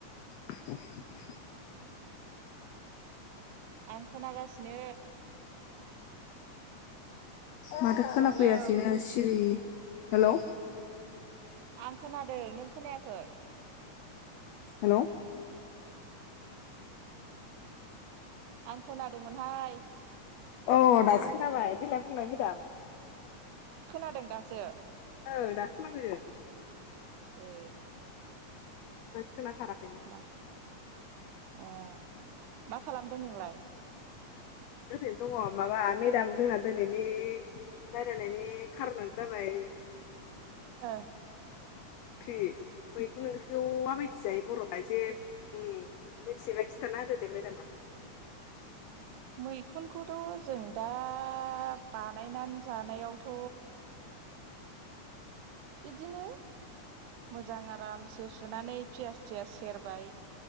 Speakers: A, on the left; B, on the right.
A: <unintelligible>
B: आं खोनागासिनो।
A: माथो खोनाफैयासैनो
B: हेलौ
A: सिरि हेल'।
B: आं खोनादों। नों खोनायाखै?
A: हेल'।
B: आं खोनादोंमोनहाय।
A: औ दासो खोनाबाय देलाय बुंलाय मेदाम।
B: खोनादों दासो।
A: ओ दासो खोनाफैदों।
B: ए।
A: ओमफ्राय खोनाथाराखैमोन।
B: मा ओ मा खालामदों नोंलाय?
A: ओरैनो दङ माबा मेदाम जोंना दिनैनि रायलायनायनि खार'नआनो जाबाय
B: ओ।
A: फ्रि मैखुन ओंख्रिखौ माबायदि जायो बर' आइजो उम मिथियोबा खिथाना होदो दे मेदामा।
B: मैखुनखौथ' जों दा बानायनानै जानायावथ' बिदिनो मोजां आरामसे सुनानै पियास-थियास सेरबाय